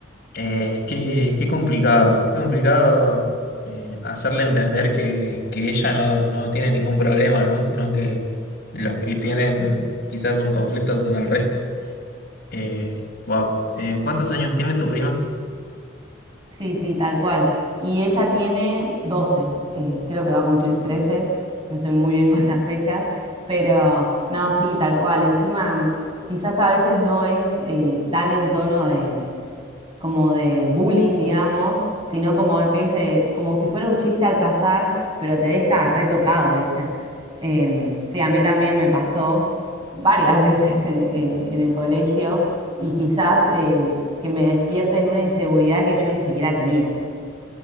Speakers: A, on the left; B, on the right.
A: Eh, es que qué complicado, qué complicado eh, hacerle entender que, que ella no, no tiene ningún problema, ¿no? Sino que los que tienen quizás un conflicto son el resto. Eh, wow. Eh, ¿cuántos años tiene tu prima?
B: Sí, sí, tal cual. Y ella tiene 12, eh, creo que va a cumplir 13. no estoy muy bien <laughs> con las fechas, pero no, sí, tal cual. Encima, quizás a veces no es eh, tan en tono de, como de bullying, digamos, sino como de que es, eh, como si fuera un chiste al pasar, pero te deja retocado, ¿viste? Em, sí, a mí también me pasó varias <laughs> veces en, en- en el colegio y quizás eh, que me despierten una inseguridad que yo ni siquiera tenía.